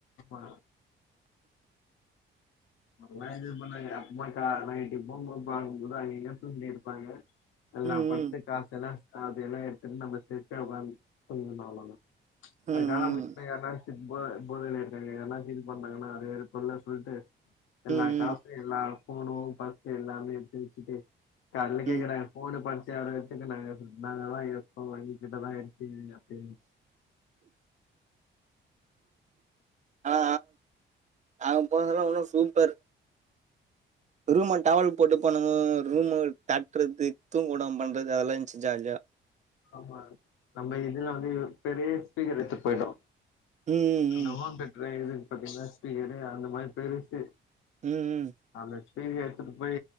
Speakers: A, on the left; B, on the right.
A: அ அதெல்லா எது <unintelligible> நைட்டு போம்போது பாருங்க அங்க இங்கயு தூங்கினு இருப்பாங்க எல்லா
B: ம்,
A: பர்ஸு
B: ம்.
A: காசு எல்லா சாவி எல்லா எடுத்துன்னு நம்ம சேஃப்ட்டியா உக்காந்து தூங்கணு அவ்ளோதா
B: ம் ம்
A: அது கானாம் போச்சின்னா யார்னா போ போதையில இருக்கவங்க யார்னா ஃபீல் பண்டாங்கன்னா அது வேற தொல்ல சொல்ட்டு எல்லா
B: ம் ம்
A: காசு எல்லா ஃபோனு பர்ஸ்ஸு எல்லாமே எத்து வெச்சிட்டு கால்ல கேக்குறாங்
B: ம்
A: ஃபோனு பர்ஸ்ஸு யாரோ எத்துக்குனாங்க சொல்ட்டு நாங்க தா எத்தோ எங்க கிட்ட தா இருக்குது அப்டின்
B: அ அங்க போனதுல்லா இன்னு சூப்பர் ரூம்ம டவல் போட்டு பானுங்கோ ரூம்ம தட்றது தூங்கவுடாம பண்றது அதெல்லா இருந்ச்சு ஜாலியா
A: ஆமா நம்ம இதுல வந்து பெரிய ஸ்பீக்கர் எடுத்துட்டு போயிட்டோ
B: ம்
A: அந்த
B: ம்
A: ஹோம் தேட்டர் இருக்கு பாத்தீங்களா ஸ்பீக்கரு அந்த மாரி பெருசு
B: ம் ம்
A: அந்த ஸ்பீக்கர் எத்துட்டுப் போய்